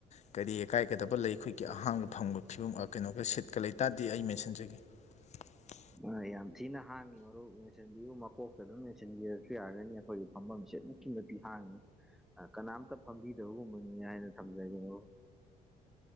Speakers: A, on the left; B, in the centre.
A: <unintelligible> ꯀꯔꯤꯀꯥꯏꯒꯗꯕ ꯂꯩ ꯑꯩꯈꯣꯏꯒꯤ ꯑꯍꯥꯡꯕ ꯐꯪꯕ ꯐꯤꯕꯝ ꯑꯥ ꯀꯩꯅꯣꯒ ꯁꯤꯠꯀ ꯂꯩꯇꯥꯗꯤ ꯑꯩ ꯃꯦꯟꯁꯤꯟꯖꯒꯦ <unintelligible>
B: ꯑꯥ ꯌꯥꯝ ꯊꯤꯅ ꯍꯥꯡꯉꯤ ꯃꯔꯨꯞ ꯃꯦꯟꯁꯤꯟꯕꯤꯌꯨ ꯃꯀꯣꯛꯇ ꯗꯨꯝ ꯃꯦꯟꯁꯤꯟꯕꯤꯔꯁꯨ ꯌꯥꯔꯒꯅꯤ ꯈꯣꯏꯒꯤ ꯐꯝꯐꯝꯁꯦ ꯑꯗꯨꯛꯀꯤ ꯃꯇꯤꯛ ꯍꯥꯡꯉꯤ ꯑꯥ ꯀꯅꯥꯝꯇ ꯐꯝꯕꯤꯗꯕꯒꯨꯝꯕꯅꯤ ꯍꯥꯏꯅ ꯊꯝꯖꯒꯦ ꯃꯔꯨꯞ